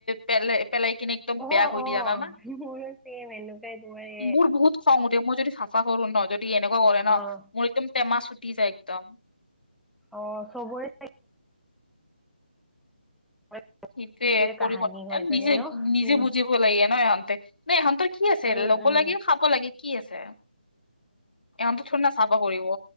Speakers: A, on the left; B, in the centre.
A: পেলাই পেলাই কিনে একদম
B: অ
A: বেয়া
B: অ
A: কৰি দিয়ে জানানা
B: মোৰো চছে এনেকুৱাই কৰে
A: মোৰ বহুত খং উঠে মই যদি চাফা কৰো ন যদি এনেকুৱা কৰে ন
B: অ',
A: মোৰ একদম টেমা চুটি যায় একদম
B: অ চবৰে এইটোৱে
A: সিটোৱে কৰিব
B: কাহানী হয় চাগে
A: নিজে
B: ন?
A: নিজে
B: উম।
A: বুজিব লাগে ন এহঁতে নে ইহঁতৰ কি আছিল
B: উম,
A: ল'ব
B: উম,
A: লাগে খাব লাগে কি আছে ইহঁতে থুৰি না চাফা কৰিব